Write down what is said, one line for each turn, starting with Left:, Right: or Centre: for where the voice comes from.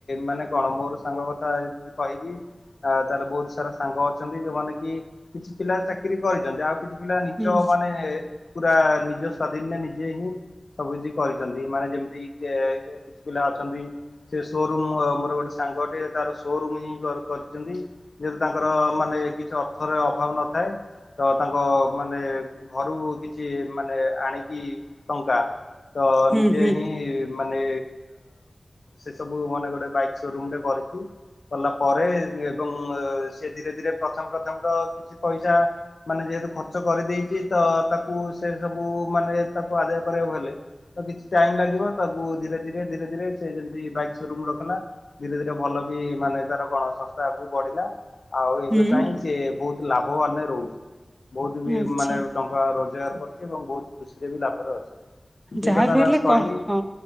Left: ମାନେ କଣ, ମୋର ସାଙ୍ଗ କଥା ଯ କହିବି। ଆ ତାହେଲେ ବହୁତ ସାରା ସାଙ୍ଗ ଅଛନ୍ତି, ଯୋଉମାନେ କି କିଛି ପିଲା ଚାକିରି କରିଛନ୍ତି ଆଉ କିଛି ପିଲା ନିଜ
Right: ହୁଁ
Left: ମାନେ ପୁରା ନିଜ ସ୍ଵାଧୀନରେ ନିଜେ ହିଁ ସବୁ କିଛି କରିଛନ୍ତି, ମାନେ ଯେମିତି କିଛି ପିଲା ଅଛନ୍ତି, ସେ ସୋରୁମ ମୋର ଗୋଟେ ସାଙ୍ଗଟେ ତାର ସୋରୁମ ହିଁ କରିଛନ୍ତି, ଯେହେତୁ ତାଙ୍କର ମାନେ କିଛି ଅର୍ଥର ଅଭାବ ନଥାଏ। ତ ତାଙ୍କ ମାନେ ଘରୁ କିଛି, ମାନେ ଆଣିକି ଟଙ୍କା ତ
Right: ହୁଁ
Left: ନିଜେ
Right: ହୁଁ
Left: ହିଁ ମାନେ ସେ ସବୁ ମାନେ ଗୋଟେ ବାଇକ ସୋରୁମଟେ କରିଛି। ଗଲା ପରେ ଏବଂ ସେ ଧୀରେ ଧୀରେ ପ୍ରଥମ ପ୍ରଥମ ତ କିଛି ପଇସା ମାନେ ଖର୍ଚ୍ଚ କରିଦେଇଛି ତ, ତାକୁ ସେ ସବୁ ମାନେ ତାକୁ ଆଦାୟ କରିବାକୁ ହେଲେ ତ କିଛି ଟାଇମ ଲାଗିବ, ତାକୁ ଧୀରେ ଧୀରେ ଧୀରେ ଧୀରେ ସେ ଯେମତି ବାଇକ୍ ସୋରୁମ ରଖିଲା, ଧୀରେ ଧୀରେ ଭଲ ବି ମାନେ ତାର ଗଣ ସଂସ୍ଥା ଆଗକୁ ବଢିଲା ଆଉ ଏବେ
Right: ହୁଁ
Left: ପାଇଁ ସେ ବହୁତ ଲାଭବାନ ନ ରହୁଛି, ବହୁତ ବି
Right: ଆଚ୍ଛା
Left: ମାନେ ଟଙ୍କା ରୋଜଗାର କରୁଛି ଏବଂ ବହୁତ ଖୁସିରେ ବି ଲାଭରେ ଅଛି ସେଇ
Right: ଯାହା
Left: କଥା
Right: ବି ହେଲେ
Left: ବାସ୍ କହିଲି
Right: କ ହଁ